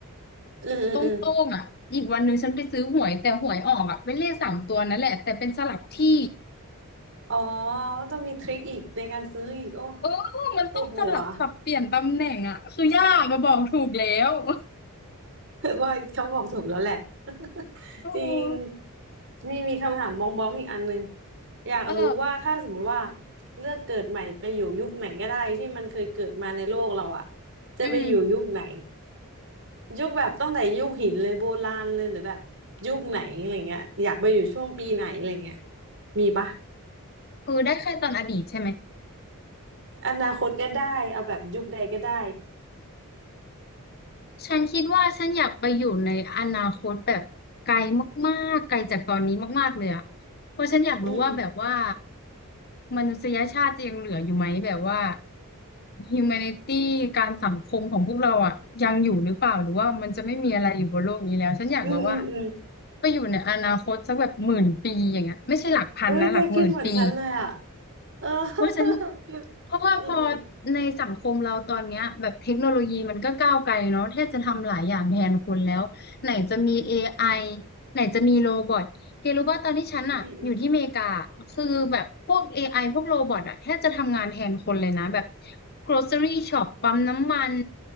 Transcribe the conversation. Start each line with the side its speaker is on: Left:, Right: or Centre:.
Right: อืมอืมอืม
Left: โต้งๆอ่ะอีกวันหนึ่งฉันไปซื้อหวยแต่หวยออกอ่ะเป็นเลขสามตัวนั่นแหละแต่เป็นสลับที่
Right: อ๋อต้องมีทริคอีกในการซื้ออีกโอ้
Left: เออมันต้องสลับสับเปลี่ยนตำแหน่งอ่ะคือยากมาบอกถูกแล้ว
Right: ปวดหัว <laughs>
Left: <laughs>
Right: ว่าเขาบอกถูกแล้วแหละ <laughs>
Left: โอ
Right: จริงมีมีคำถามบองบองอีกอันหนึ่งอยากรู้ว่าถ้าสมมติว่า
Left: เออ
Right: เลือกเกิดใหม่ไปอยู่ยุคไหนก็ได้ที่มันเคยเกิดมาในโลกเราอะจะไปอยู่ยุคไหน
Left: อืม
Right: ยุคแบบตั้งแต่ยุคหินเลยโบราณเลยหรือแบบยุคไหนอะไรเงี้ยอยากไปอยู่ช่วงปีไหนอะไรเงี้ยมีปะ
Left: คือได้แค่ตอนอดีตใช่ไหม
Right: อนาคตก็ได้เอาแบบยุคใดก็ได้
Left: ฉันคิดว่าฉันอยากไปอยู่ในอนาคตแบบไกลมากๆไกลจากตอนนี้มากๆเลยอะเพราะฉันอยากรู้ว่าแบบว่า
Right: อืม
Left: มนุษยชาติจะยังเหลืออยู่ไหมแบบว่า humanity การสังคมของพวกเราอะยังอยู่หรือเปล่าหรือว่ามันจะไม่มีอะไรอยู่บนโลกนี้แล้วฉันอยากแบบว่า
Right: อืมอืมอืม
Left: ไปอยู่ในอนาคตสักแบบหมื่นปีอย่างเงี้ยไม่ใช่หลักพันนะหลักหมื่นปี
Right: อุ้ยแกคิดเหมือนฉันเลยอ่ะเออ <laughs>
Left: เพราะฉัน
Right: คือ
Left: เพราะว่าพอ
Right: อืมอืม
Left: ในสังคมเราตอนเนี้ยแบบเทคโนโลยีมันก็ก้าวไกลเนาะแทบจะทำหลายอย่างแทนคนแล้วไหนจะมี AI ไอไหนจะมีโรบอทเธอรู้ว่าตอนที่ฉันอะอยู่ที่อเมริกา
Right: อืมอืมอืม
Left: คือแบบพวก AI พวกโรบอทอะแทบจะทำงานแทนคนเลยนะแบบ grocery shop ปั๊มน้ำมัน